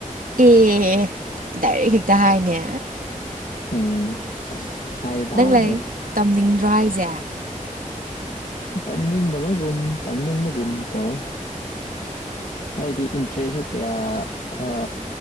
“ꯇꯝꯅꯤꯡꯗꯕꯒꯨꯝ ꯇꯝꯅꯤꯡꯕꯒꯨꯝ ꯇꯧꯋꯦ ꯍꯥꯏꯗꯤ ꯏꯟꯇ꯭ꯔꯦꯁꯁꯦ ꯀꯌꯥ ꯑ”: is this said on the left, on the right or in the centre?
Left